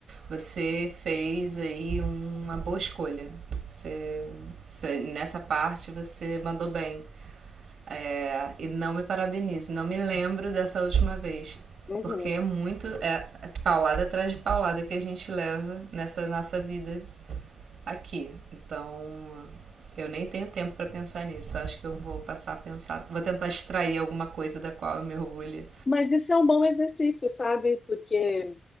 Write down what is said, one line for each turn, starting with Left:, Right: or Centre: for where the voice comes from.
Right: você fez aí uma boa escolha. Você, você- nessa parte você mandou bem. É, e não me parabenizo, não me lembro dessa última vez.
Left: uhum.
Right: Porque é muito. É é paulada atrás de paulada que a gente leva nessa nossa vida aqui. Então, eu nem tenho tempo para pensar nisso. Eu acho que eu vou passar a pensar. Vou tentar extrair alguma coisa da qual eu me orgulho.
Left: Mas isso é um bom exercício, sabe? Porque